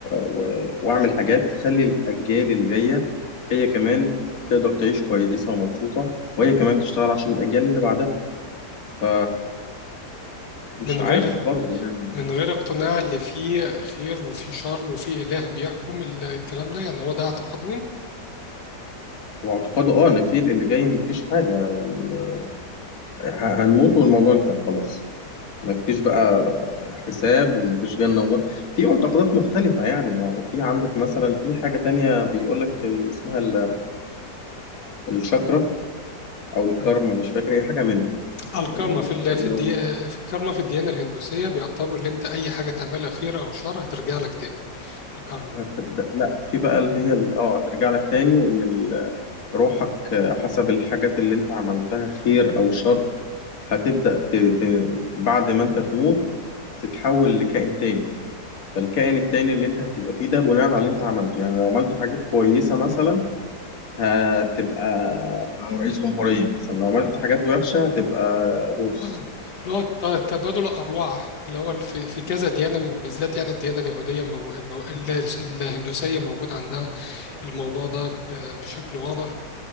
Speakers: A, on the left (about 55°); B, on the left (about 80°).
A: و... وأعمل حاجات تخلي الأجيال اللي جاية هي كمان تقدر تعيش كويسة ومبسوطة وهي كمان تشتغل عشان الأجيال اللي بعدها ف... مش
B: من غير
A: عارف برضه يعني
B: من غير اقتناع اللي فيه خير وفيه شر وفيه إله بيحكم الكلام ده يعني هو ده اعتقادهم
A: هو اعتقاده اه ان في اللي جاي مفيش حاجة يعني ما- ه- هنموت والموضوع انتهى خلاص مفيش بقى حساب ومفيش جنة ونار في معتقدات مختلفة يعني ما هو في عندك مثلا في حاجة تانية بيقول لك اسمها ال- الشاكرا أو الكارما
B: مم.
A: مش فاكر هي حاجة منهم
B: الكارما
A: يعني
B: في ال...
A: لو
B: في الدي... في الكارما في الديانة الهندوسية بيعتبر اللي أنت أي حاجة تعملها خير أو شر هترجع لك تاني الكارما
A: هتبدأ لا في بقى اللي هي ال- اه هترجع لك تاني وإن ال- روحك حسب الحاجات اللي أنت عملتها خير أو شر هتبدأ ت... ت... بعد ما أنت تموت تتحول لكائن تاني فالكائن التاني اللي انت هتبقى فيه ده بناء على اللي انت عملته يعني لو عملت حاجات كويسة مثلا هتبقى رئيس جمهورية مثلا لو عملت حاجات وحشة هتبقى بورس
B: الله. اللي هو الت- تبادل الأرواح اللي هو في في كذا ديانة بالذات يعني الديانة اليهودية مو... مو... ال- الهندوسية موجود عندها الموضوع ده ب... بشكل واضح